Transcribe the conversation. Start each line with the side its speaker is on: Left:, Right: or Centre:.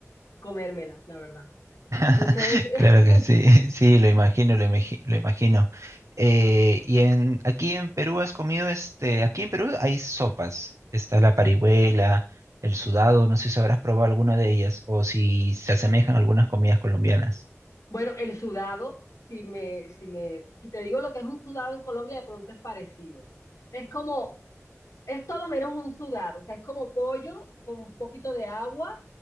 Left: comérmelas, la verdad.
Right: <laughs>
Left: Entonces, <laughs>
Right: Claro que sí, <laughs> sí, lo imagino, lo, imagi- lo imagino. Eh, y en, aquí en Perú has comido, este, aquí en Perú hay sopas. Está la parihuela, el sudado, no sé si habrás probado alguna de ellas o si se asemejan a algunas comidas colombianas.
Left: bueno, el sudado, si me, si me, si te digo lo que es un sudado en Colombia, de pronto es parecido. Es como, es todo menos un sudado, o sea, es como pollo con un poquito de agua